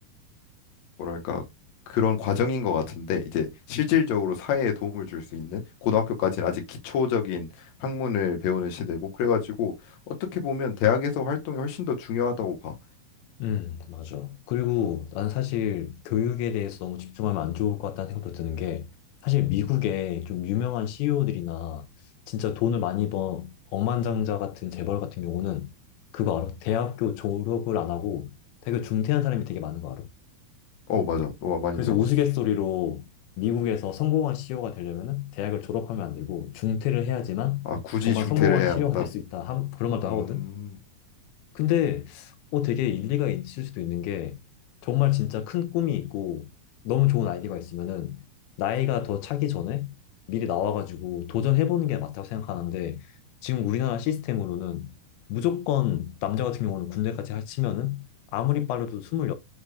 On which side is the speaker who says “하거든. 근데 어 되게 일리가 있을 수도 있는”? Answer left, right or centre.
Left